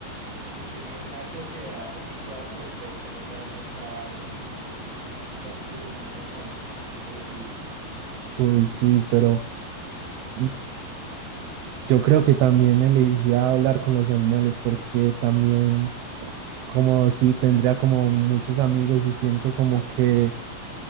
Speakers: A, on the right; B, on the right.
A: Y tienen una sociedad así toda perfecta y tal, los caballos. Es, es- es un capítulo muy bacán de, de ese libro.
B: uy, sí, pero mm, yo creo que también elegiría hablar con los animales porque también como si tendría como muchos amigos y siento como que